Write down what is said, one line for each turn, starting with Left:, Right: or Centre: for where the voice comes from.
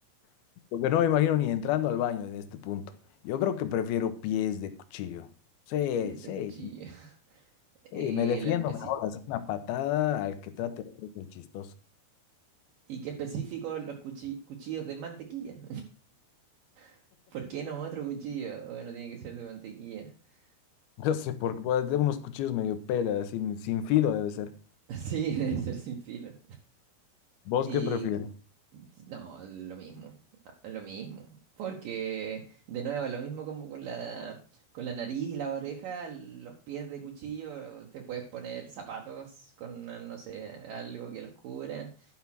Left: <laughs> porque no me imagino ni entrando al baño en este punto. Yo creo que prefiero pies de cuchillo. Sí,
Right: pies
Left: sí,
Right: de cuchillo. <laughs>
Left: sí,
Right: Y,
Left: me defiendo
Right: el especi-
Left: mejor, hacer una patada al que trate de hacer el chistoso. <laughs>
Right: y qué específico los cuchi- cuchillos de mantequilla. <laughs> ¿Por qué no otro cuchillo? Bueno, tiene que ser de mantequilla. <laughs>
Left: No sé, porque pues, de unos cuchillos medio pela, así, sin filo debe ser.
Right: Sí, debe ser sin filo.
Left: ¿Vos
Right: Y
Left: qué prefieres?
Right: no, lo mismo, a- lo mismo. Porque, de nuevo, lo mismo como con la, con la nariz y la oreja, los pies de cuchillo, te puedes poner zapatos con, no sé, algo que los cubra,